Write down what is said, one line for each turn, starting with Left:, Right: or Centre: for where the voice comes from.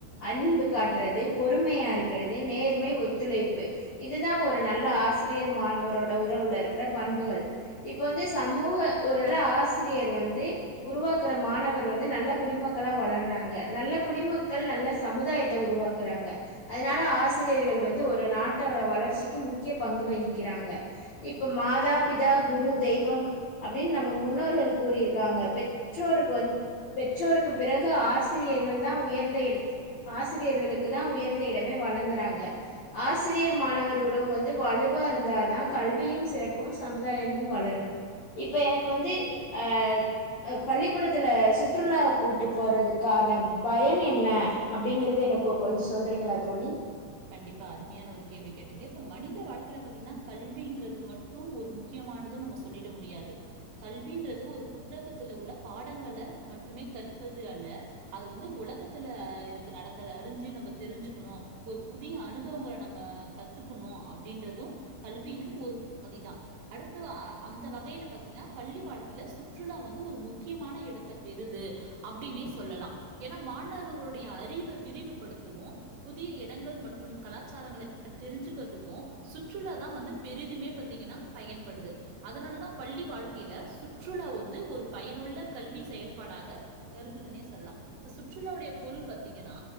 Left: அன்பு காட்டுறது பொறுமையா இருக் கிறது நேர்மை ஒத்துழைப்பு இதுதா ஒரு நல்ல ஆசி ரியர் மாணவரோட உறவுல இருக்கிற பண்புகள் இப்ப வந்து சமூக ஒரு நல்ல ஆசிரியர் வந்து உருவாக்கிற மாணவர் வந்து நல்ல குடிமக்களா வளர்றாங்க நல்ல குடிமக்கள் நல்ல சமுதாயத்த உருவாக் கிறாங்க அதனால ஆசிரியர்கள் வந்து ஒரு நாட்டோட வளர்ச்சிக்கு முக்கிய பங்கு வகிக்கிறாங்க இப்ப மாதா பிதா குரு தெய்வம் அப்டின் நம்ம முன்னோர்கள் கூறி இருக்காங்க பெற்றோர்க்கு வந் பெற்றோருக்குப் பிறகு ஆசிரியர்கள் தா உயர்ந்த எடத் ஆசிரியர்களுக்கு தா உயர் ந்த இடமே வழங்குறாங்க ஆசிரியர் மாணவர் உறவு வந்து வலுவா இருந்தாதா கல்வியும் சிறக்கும் சமுதாயமு வளரு இப்ப எனக்கு வந்து அ பள்ளிக்கூடத்துல சுற்றுலா கூட்டு போறதுக்கான பயன் என்ன அப்டிங்கறது எனக்கு கொஞ் சொல்றீங்ளா தோழி
Right: கண்டிப்பா அருமையான ஒரு கேள்வி கேட்டீங்க இப்ப மனித வாழ்க்கைல பாத்தீங்னா கல்வின்றது மட் டு ஒரு முக்கியமானது நம்ம சொல்லிட முடியாது கல்வின்றது ஒரு புத்தகத்துல உள்ள பாடங்கள மட்டுமே கற்பது அல்ல அது வந்து உலகத்துல இருக்க நடக்கர்த அறிஞ்சி நம்ம தெரிஞ்சுக்குனு ஒரு புதிய அனுபவங்கள நம்ம கத்துக்குனு அப்டின்றது கல்வினு ஒரு பகுதிதா அடுத்ததா அந்த வகைல பாத்தீங்கனா பள்ளி வாழ்க்கைல சுற்றுலா வந்து ஒரு முக்கியமான எடத்த பெறுது அப்டின்னே சொல்லலா ஏனா மாணவர்களுடைய அறிவ விரிவுபடுத்தவு புதிய எ எடங்கள் மற்றும் கலாச்சாரங்கள தெரிஞ்சுகற்துக்கு சுற்றுலாதா வந்து பெரிதுமே பா்த்தீங்கனா பயன்படுது அதனாலதா பள்ளி வாழ்க்கைல சுற்றுலா வந்து ஒரு பயனுள்ள கல்வி செயல்பாடாக கருதுதுன்னே சொல்லலா இப்ப சுற்றுலாவுடைய பொருள் பாத்தீங்கனா